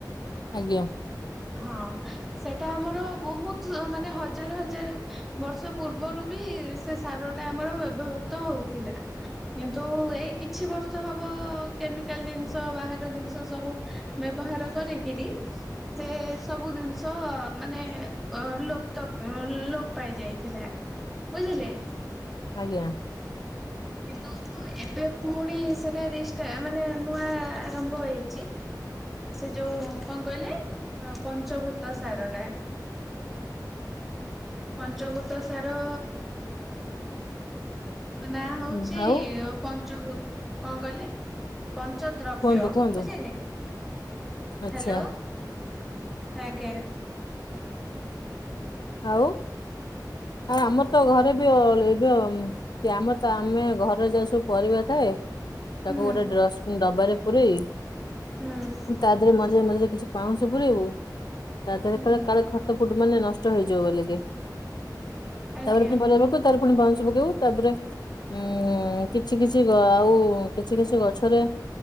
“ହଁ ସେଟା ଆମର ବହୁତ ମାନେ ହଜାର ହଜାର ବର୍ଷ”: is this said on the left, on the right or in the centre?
Centre